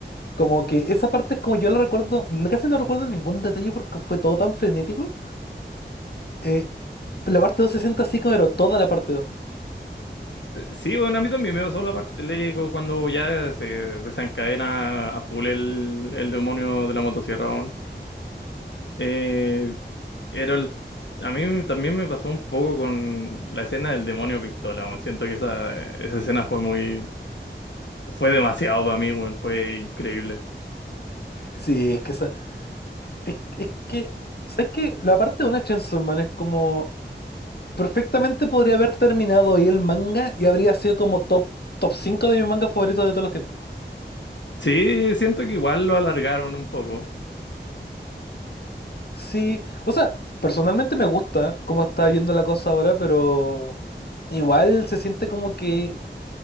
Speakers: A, on the left; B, on the left.
A: Como que esa parte es como yo la recuerdo. no- Casi no recuerdo ningún detalle porque fue todo tan frenético. Eh, la parte 2 se siente así, como, pero toda la parte dos
B: Eh, Sí, bueno, a mí también me pasó la parte le- co- cuando ya se desencadena a full el, el demonio de la motosierra, weón. Eh, Pero el- a mí también me pasó un poco con la escena del demonio pistola, weón. Siento que esa, esa escena fue muy... Fue demasiado para mí, weón. Fue increíble.
A: Sí, es que esa, Es, es que, ¿sabes qué? La parte de una Chainsaw Man es como. Perfectamente podría haber terminado ahí el manga y habría sido como top, top 5 de mis mangas favoritos de todos los tiempos.
B: Sí, siento que igual lo alargaron un poco.
A: Sí, o sea, personalmente me gusta cómo está yendo la cosa ahora, pero igual se siente como que,